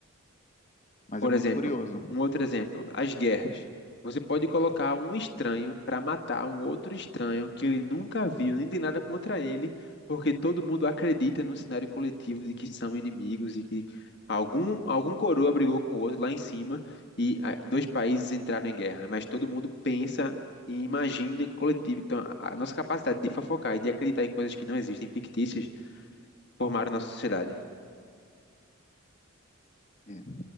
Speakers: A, on the left (about 35°); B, on the left (about 55°).
A: Mas
B: Por
A: é muito
B: exemplo,
A: curioso.
B: um outro exemplo, as guerras. Você pode colocar um estranho para matar um outro estranho que ele nunca viu, nem tem nada contra ele, porque todo mundo acredita no cenário coletivo de que são inimigos e que algum, algum coroa brigou com o outro lá em cima e ah, dois países entraram em guerra, mas todo mundo pensa e imagina que coletivo. Então, a, a nossa capacidade de fofocar e de acreditar em coisas que não existem, fictícias, formaram nossa sociedade.
A: É.